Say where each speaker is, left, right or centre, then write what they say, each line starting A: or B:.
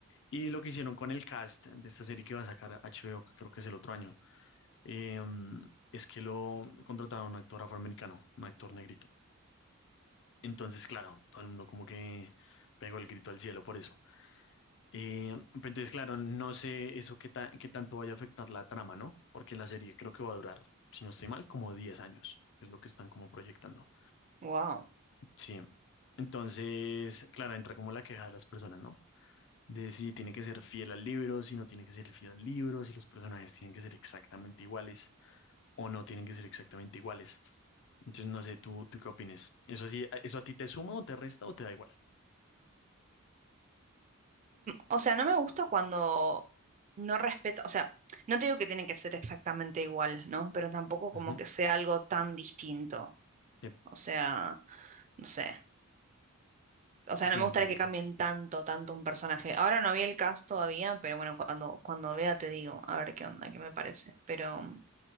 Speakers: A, on the left (about 60°); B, on the right (about 35°).
A: Y lo que hicieron con el cast de esta serie que va a sacar HBO, que creo que es el otro año, eh, es que lo contrataron a un actor afroamericano, un actor negrito. Entonces, claro, todo el mundo como que pegó el grito al cielo por eso. Eh, pero entonces, claro, no sé eso qué, ta- qué tanto vaya a afectar la trama, ¿no? Porque la serie creo que va a durar, si no estoy mal, como 10 años, que es lo que están como proyectando.
B: Wow.
A: Sí. Entonces, claro, entra como la queja de las personas, ¿no? De si tiene que ser fiel al libro, si no tiene que ser fiel al libro, si los personajes tienen que ser exactamente iguales o no tienen que ser exactamente iguales. Entonces, no sé, ¿tú, tú qué opinas? ¿Eso sí, eso a ti te suma o te resta o te da igual?
B: O sea, no me gusta cuando no respeto, o sea, no te digo que tiene que ser exactamente igual, ¿no? Pero tampoco como
A: Ujú.
B: que sea algo tan distinto.
A: Sí,
B: O sea, no sé. O sea,
A: sí, como
B: no me gustaría
A: que...
B: que cambien tanto, tanto un personaje. Ahora no vi el cast todavía, pero bueno, cuando, cuando vea te digo, a ver qué onda, qué me parece. Pero mm,